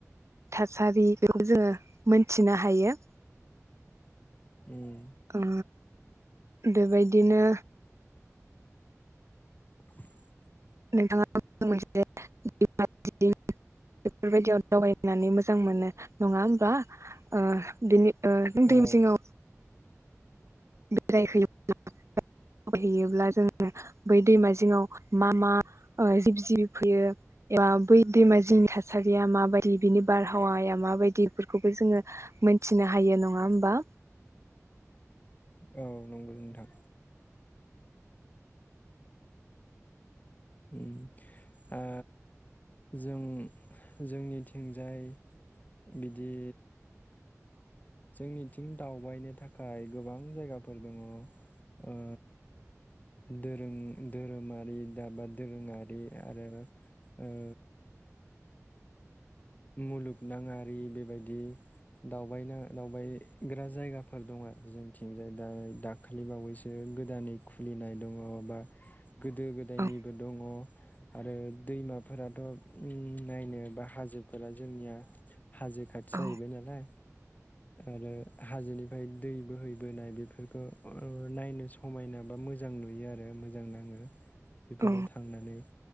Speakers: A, on the right; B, on the left.
A: थासारि बेखौ जोङो मोनथिनो हायो
B: उम
A: ओ बेबायदिनो
B: <inaudible>
A: नोंथाङा आ मोनसे <unintelligible> बेफोरबायदियाव दावबायनानै मोजां मोनो नङा होमबा ओ बिनि ओ नों
B: औ
A: दैमा जिङाव बेराय हैयोब्ला बेराय हैयोब्ला जोङो बै दैमा जिङाव मा मा अ जिब जिबि फैयो एबा बै दैमा जिनि थासारिया माबायदि बिनि बारहावाया माबायदि बेफोरखौबो जोङो मोनथिनो हायो नङा होमबा
B: औ नंगौ नोंथां ओम ओ जों जोंनिथिंजाय बिदि जोंनिथिं दावबायनो थाखाय गोबां जायगाफोर दङ ओ दोरों धोरोमारि दाबा दोरोङारि आरो ओ मुलुगनााङारि बेबायदि दावबायनो दावबायग्रा जायगाफोर दङ आरो जोंथिंजाय दा दाखालि बावैसो गोदानै खुलिनाय दङ बा गोदो गोदायनिबो
A: औ
B: दङ आरो दैमाफोराथ' नायनो बा हाजोब फोरा जोंनिया हाजो खाथि जाहैबाय
A: औ
B: नालाय आरो हाजोनिफ्राय दै बोहैबोनाय बेफोरखौ ओ नायनो समायना बा मोजां नुयो आरो मोजां नाङो बेफोराव
A: औ
B: थांनानै